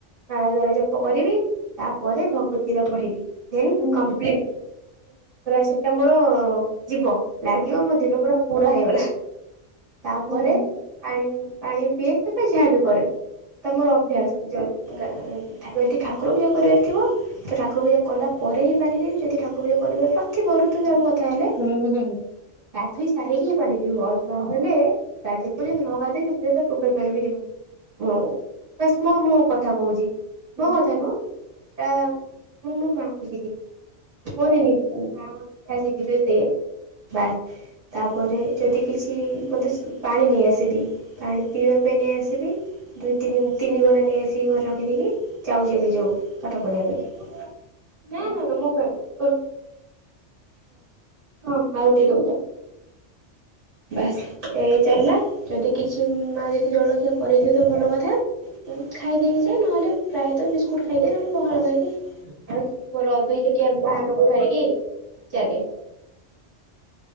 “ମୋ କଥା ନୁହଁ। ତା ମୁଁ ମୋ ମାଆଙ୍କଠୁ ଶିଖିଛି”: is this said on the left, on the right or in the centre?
Right